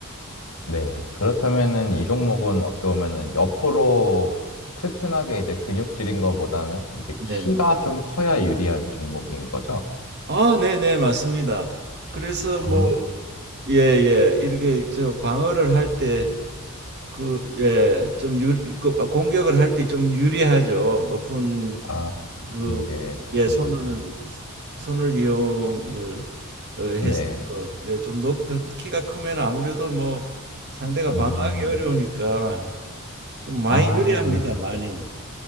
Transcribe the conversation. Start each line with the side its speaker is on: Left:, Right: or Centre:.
Left: 네. 그렇다면은 이 종목은 어떻게 보면은 옆으로 튼튼하게 이제 근육질인 것보다는 이제
Right: 네네
Left: 키가 좀 커야 유리한 종목인 거죠?
Right: 아 네네 맞습니다. 그래서 뭐
Left: 아,
Right: 예예 이렇게 저 방어를 할 때 그 예 좀 유리 그 공격을 할 때 좀 유리하죠. 높은
Left: 아,
Right: 그
Left: 듣는 게 좀
Right: 예
Left: 중요하다.
Right: 손을 손을 이용을 어, 해서
Left: 네.
Right: 예, 좀 높은 키가 크면 아무래도 뭐 상대가
Left: 음,
Right: 방어하기 어려우니까 좀 많이
Left: 아,
Right: 유리합니다 많이.